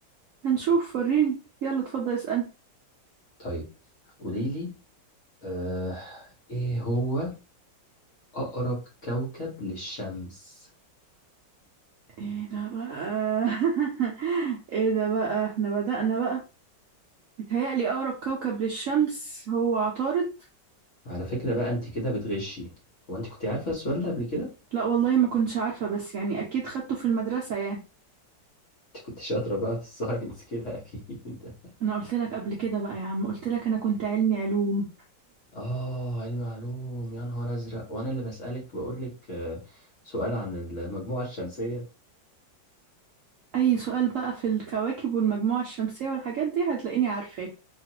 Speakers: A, on the right; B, on the left.
A: هنشوف وريني يلا اتفضل اسألني
B: طيب قوليلي آه إيه هو أقرب كوكب للشمس
A: ايه ده بقى <laughs> ايه ده بقى احنا بدأنا بقى متهيألي أقرب كوكب للشمس هو عطارد
B: على فكرة بقى أنت كده بتغشي هو أنت كنت عارفة السؤال ده قبل كده
A: لا والله ما كنتش عارفة بس يعني أكيد خدته في المدرسة يعني
B: أنت كنت شاطرة بقى في الساينس كده أكيد <laughs>
A: أنا قلت لك قبل كده بقى يا عم قلت لك أنا كنت علمي علوم
B: آه علم علوم يا نهار أزرق وأنا اللي بسألك بقولك آه سؤال عن المجموعة الشمسية
A: أي سؤال بقى في الكواكب والمجموعة الشمسية والحاجات دي هتلاقيني عارفاه